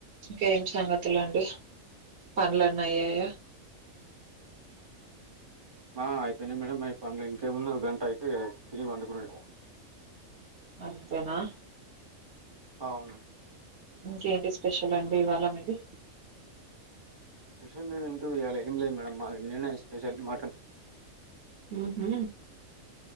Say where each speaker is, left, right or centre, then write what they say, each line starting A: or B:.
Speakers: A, on the right (about 55°); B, on the right (about 25°).
A: ఇంకా ఏం సంగతులండి పనులన్నీ అయ్యాయా
B: హా అయిపోయినాయి మేడమ్ అ పన్లు ఇంకేమున్నా ఒక గంట అయితే తిని పండుకునుడే
A: అంతేనా
B: అవును
A: ఇంకేంటి స్పెషల్ అండి ఇవాళ మీది
B: స్పెషల్ అంటు ఇయల ఏం లేదు మేడమ్ మా నిన్ననే స్పెషల్ మటన్
A: హూ హు